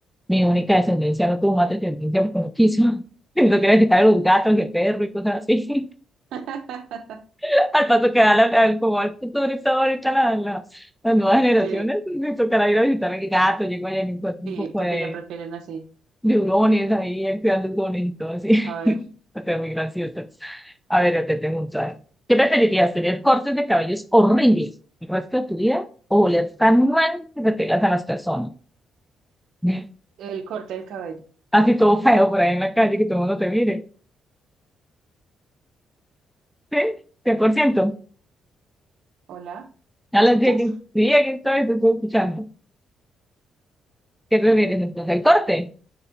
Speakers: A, in the centre; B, on the right.
A: mi única descendencia no tuvo más descendencia porque no quiso. <laughs> no quiero quitar a los gatos el perro y cosas así.
B: <laughs>
A: <laughs> Al paso que da la, al- como al futuro está ahorita la, la- las nuevas generaciones,
B: Sí.
A: me tocará ir a visitar al gato, llego allá y me encuentro
B: Sí,
A: un poco
B: porque
A: de
B: ya prefieren así.
A: neurones ahí, activando neurones y todo así.
B: A ver,
A: <laughs> Está muy gracioso. A ver, yo te tengo un traje. ¿Qué preferirías, tener cortes de cabellos horribles el resto de tu vida o oler tan mal que te pegas a las personas? <laughs>
B: el corte del cabello.
A: Así todo feo por ahí en la calle, que todo el mundo te mire. ¿Sí? cien por ciento
B: Hola,
A: A
B: ¿me
A: las
B: escuchas?
A: 10 que, día que estoy, te estoy escuchando. ¿Qué prefieres entonces? El corte.